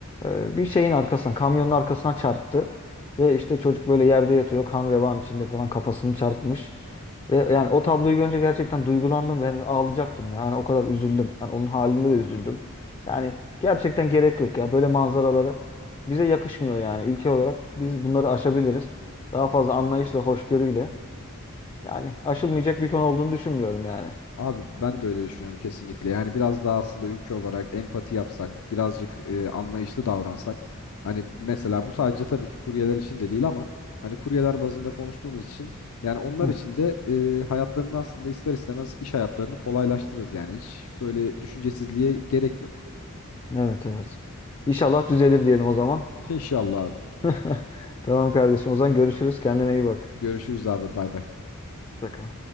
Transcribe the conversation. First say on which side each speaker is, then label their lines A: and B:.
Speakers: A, on the left; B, on the left.
A: e, bir şeyin arkasına kamyonun arkasına çarptı. Ve işte çocuk böyle yerde yatıyor kan revan içinde falan kafasını çarpmış. Ve yani o tabloyu görünce gerçekten duygulandım ve ağlayacaktım ya. Yani o kadar üzüldüm. Yani onun halinde de üzüldüm. Yani gerçekten gerek yok ya. Böyle manzaralara bize yakışmıyor yani. Ülke olarak biz bunları aşabiliriz. Daha fazla anlayışla, hoşgörüyle. Yani aşılmayacak bir konu olduğunu düşünmüyorum yani.
B: Abi ben de öyle düşünüyorum kesinlikle. Yani biraz daha aslında ülke olarak empati yapsak, birazcık e, anlayışlı davransak. Hani mesela bu sadece tabii ki kuryeler için de değil ama hani kuryeler bazında konuştuğumuz için yani onlar
A: Hı.
B: için de e, hayatlarını aslında ister istemez iş hayatlarını kolaylaştırırız yani hiç böyle düşüncesizliğe gerek yok.
A: Evet evet. İnşallah düzelir diyelim o zaman.
B: <laughs> İnşallah abi.
A: <laughs> Tamam kardeşim. O zaman görüşürüz. Kendine iyi bak.
B: Görüşürüz abi. Bay bay.
A: Hoşça kal.